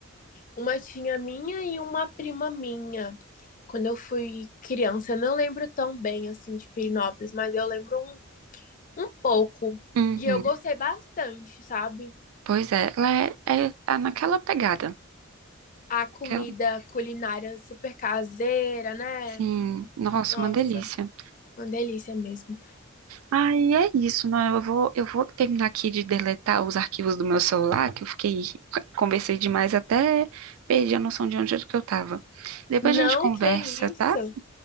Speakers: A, on the left; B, on the right.
A: uma tia minha e uma prima minha. Quando eu fui criança, eu não lembro tão bem assim de Pirinópolis, mas eu lembro um, um pouco.
B: Uhum.
A: E eu gostei bastante, sabe?
B: Pois é, ela é, é- tá naquela pegada.
A: A comida
B: Que
A: culinária super caseira, né?
B: sim, nossa,
A: Nossa,
B: uma delícia.
A: uma delícia mesmo.
B: Aí é isso, mano. Eu vou, eu vou terminar aqui de deletar os arquivos do meu celular, que eu fiquei, <laughs> conversei demais até perdi a noção de onde é que eu tava. Depois
A: Não,
B: a gente conversa,
A: que
B: tá?
A: isso.